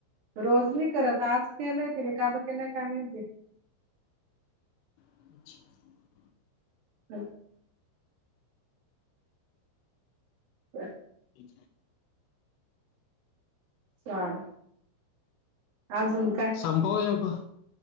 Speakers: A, on the right; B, on the left.
A: रोज मी करता, आज केलंय तिने का ब केलाय काय माहिती.
B: <inaudible>
A: <inaudible> <inaudible>
B: <inaudible>
A: चाल आजुन
B: संपव एक,